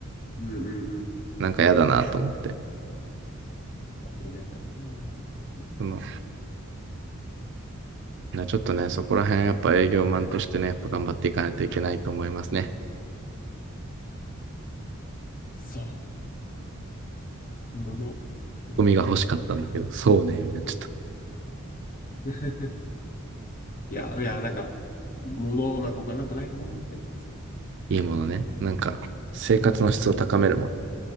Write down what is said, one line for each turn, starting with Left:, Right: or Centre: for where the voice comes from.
Left: うんうんうん。
Right: なんか嫌だなと思って。
Left: あのね、だから、そうそうそう。
Right: その、なちょっとね、そこら辺やっぱ営業マンとしてね、やっぱ頑張っていかないといけないと思いますね。
Left: そう、もの。も
Right: ゴミが欲しかったんだけど、
Left: のや
Right: そうね、みんなちょっと
Left: な <laughs> いや、いや、なんか、ものなんか他なんかないかなって。そう
Right: いいものね。なんか生活の質を高めるもの。